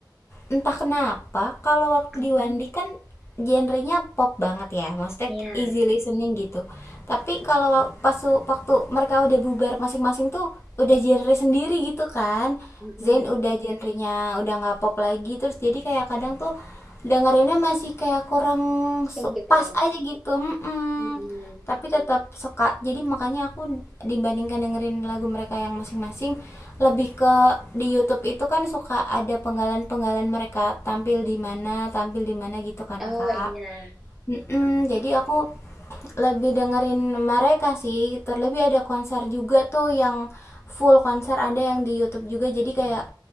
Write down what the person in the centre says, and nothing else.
Mm-mm.
Iya.
Mm-mm.
Sing gitu
ya.
Mm-mm.
Oh
iya.
Tuh.